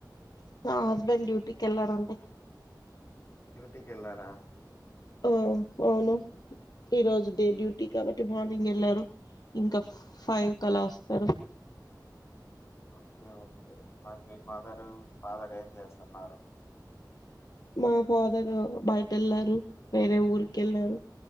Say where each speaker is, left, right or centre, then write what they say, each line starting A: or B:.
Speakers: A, on the left; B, on the left.
A: నా హస్బెండ్ డ్యూటీకి వెళ్లారండి
B: డ్యూటీ కి వెళ్ళారా
A: ఆ అవును ఈ రోజు డే డ్యూటీ కాబట్టి మార్నింగ్ వెళ్లారు ఇంకా ఫైవ్ క అలా వస్తారు.
B: ఓకే ఓకే మరి మీ మదరు ఫాదర్ ఏం చేస్తున్నారు
A: మా ఫాదర్ బయట వెళ్లారు వేరే ఊరిక వెళ్లారు